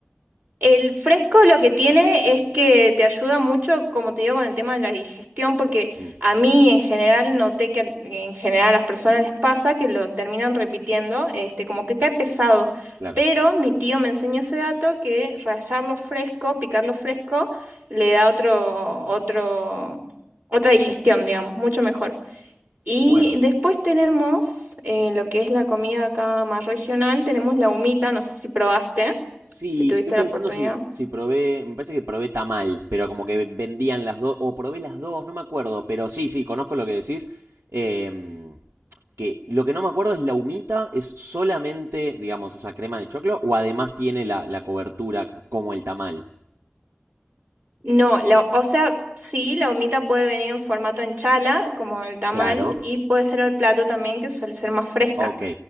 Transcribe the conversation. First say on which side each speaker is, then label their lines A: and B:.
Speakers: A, on the right (about 45°); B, on the right (about 70°).
A: El fresco lo que tiene es que te ayuda mucho, como te digo, con el tema de la digestión, porque
B: Mm,
A: a mí en general noté que al- en general a las personas les pasa que lo terminan repitiendo, este, como que cae pesado.
B: Claro.
A: Pero mi tío me enseñó ese dato que rallarlo fresco, picarlo fresco, le da otro, otro, otra digestión, digamos, mucho mejor. Y
B: Bueno,
A: después tenemos eh, lo que es la comida acá más regional, tenemos la humita, no sé si probaste,
B: Sí,
A: si tuviste
B: estoy pensando
A: la oportunidad.
B: si, si probé, me parece que probé tamal, pero como que vendían las dos, o probé las dos, no me acuerdo, pero sí, sí, conozco lo que decís. em, que lo que no me acuerdo es la humita, es solamente, digamos, esa crema de choclo, o además tiene la, la cobertura c- como el tamal.
A: No, la- o sea, sí, la humita puede venir en formato en chala, como el tamal,
B: Claro.
A: y puede ser el plato también, que suele ser más fresca.
B: Ok,